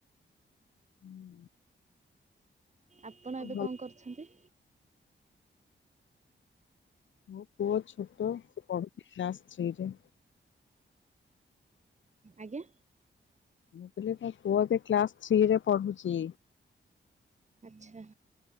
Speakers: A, on the left; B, on the right.
A: <inaudible>
B: ଆପଣ
A: ହୁଁ
B: ଏବେ
A: ଭଲ
B: କଣ କରୁଛନ୍ତିି?
A: ମୋ ପୁଅ ଛୋଟ ସେ ପଢୁଚି କ୍ଲାସ ଥ୍ରୀ ରେ।
B: ଆଜ୍ଞା?
A: ମୁଁ କହିଲି ମୋ ପୁଅ ଏବେ କ୍ଲାସ ଥ୍ରୀରେ ପଢୁଚି।
B: ଆଚ୍ଛା